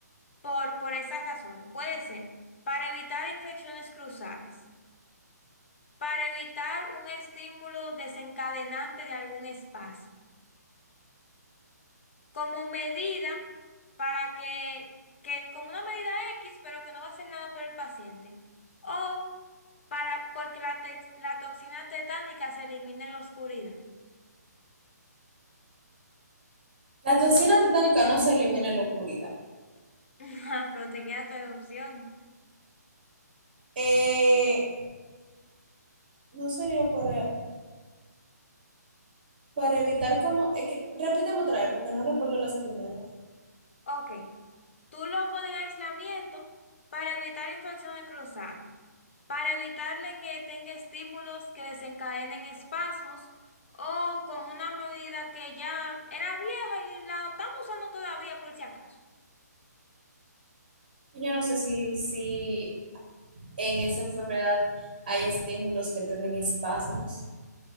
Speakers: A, on the left; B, on the right.
A: por, por esas razones. Puede ser para evitar infecciones cruzadas, para evitar un estímulo desencadenante de algún espasmo. como medida para que, que como una medida X, pero que no va a hacer nada por el paciente. O para, porque la, tex- la toxina tetánica se elimina en la oscuridad.
B: La toxina tetánica no se elimina en la oscuridad.
A: <laughs> Ajá, Pero te quedan todas las opciones.
B: Eh, no sería para, para evitar como... Es que, repíteme otra vez porque no recuerdo las primeras.
A: Ok, tú lo pones en aislamiento para evitar infecciones cruzadas, para evitarle que tenga estímulos que desencadenen espasmos o como una medida que ya era vieja y la estamos usando todavía por si acaso.
B: Yo no sé si, si en esa enfermedad hay estímulos que te den espasmos.